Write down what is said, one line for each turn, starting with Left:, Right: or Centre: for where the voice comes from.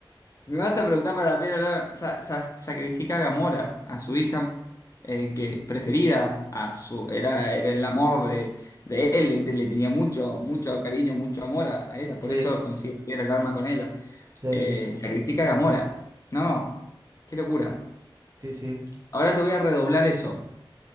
Left: Me vas a preguntar para la piedra del alma, Sa- sa- sacrifica a Gamora, a su hija eh, que preferida, a su, era, era el amor de, de él, él te- le tenía mucho, mucho cariño, mucho amor a, a ella, por
Right: Sí,
Left: eso consigue la piedra del alma con ella.
Right: sí,
Left: Eh, sacrifica a Gamora, no, qué locura.
Right: sí, sí.
Left: Ahora te voy a redoblar eso.